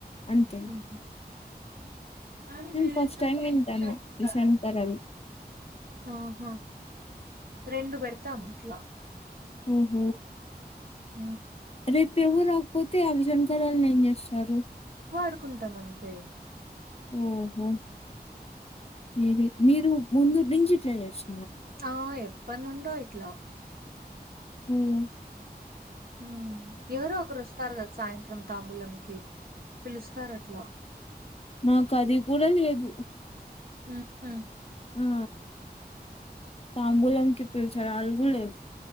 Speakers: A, on the left; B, on the right.
A: అంతే
B: ఉహు. ఆహా
A: నేను ఫస్ట్ టైం వింటాను బిర్యానీ కూరలు
B: రెండు పెడతాం అట్లా
A: హహ
B: ఆ
A: రేపు ఎవరు రాకపోతే అవి జన్కరాలు ఏం చేస్తారు
B: వాడుకుంటాం అంతే
A: ఓహో మీ మీరు ముందు నించ్చి ఇట్లే చేస్తున్నారా
B: ఆ ఎప్పుడినుండో ఇట్ల
A: హ్మ్
B: హ్మ్ ఎవరో ఒకరు వస్తారు కదా సాయంత్రం తాంబూలంకి పిలుస్తారట్లా
A: నాకు అది కూడా లేదు
B: మ్ హు
A: ఆ తాబూలంకి పీల్చలాడు అది కూడా లేదు